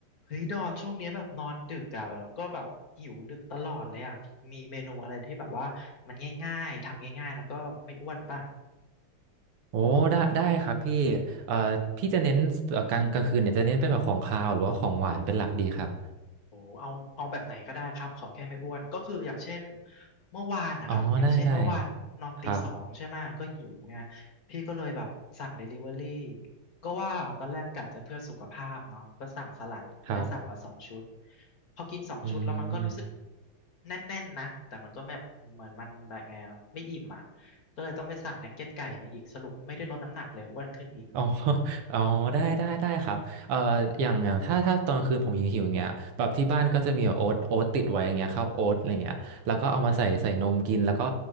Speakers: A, on the left; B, on the right.
A: เฮ้ยดอนช่วงเนี้ยแบบนอนดึกอะแล้วก็แบบหิวดึกตลอดเลยอะพี่มีเมนูอะไรที่แบบว่ามันง่ายๆทำง่ายๆแล้วก็ไม่อ้วนป่ะ
B: โอ้ได้ได้ครับพี่เอ่อพี่จะเน้นเอ่อกลางกลางคืนเนี่ยจะเน้นเป็นแบบของคาวหรือว่าของหวานเป็นหลักดีครับ
A: โอ้เอาเอาแบบไหนก็ได้ครับ ขอแค่ไม่อ้วน ก็คืออย่างเช่นเมื่อวานนะครับ
B: อ๋อได้ได้
A: อย่างเช่นเมื่อวานนอนตีสองใช่ไหม
B: ครับ
A: ก็หิวไง พี่ก็เลยแบบสั่งเดลิเวอรี่ก็ว่าตอนแรกกะจะเพื่อสุขภาพเนาะก็สั่งสลัดก็เลยสั่งมาสองชุด
B: ครับ
A: พอกินสองชุดแล้วมันก็รู้สึก
B: อืม <laughs>
A: แน่นๆนะ แต่มันก็แบบเหมือนมันแบบไงอะไม่อิ่มอ่ะ ก็เลยต้องไปสั่งนักเก็ตไก่มาอีกสรุปไม่ได้ลดน้ำหนักเลยอ้วนขึ้นอีก
B: อ๋อ <laughs> อ๋อได้ได้ได้ครับเอ่ออย่างอย่างถ้าถ้าตอนกลางคืนผมหิวหิวอย่างเงี้ยแบบที่บ้านก็จะมีแบบโอ๊ตโอ๊ตติดไว้อย่างเงี้ยข้าวโอ๊ตอะไรเงี้ยแล้วก็เอามาใส่ใส่นมกินแล้วก็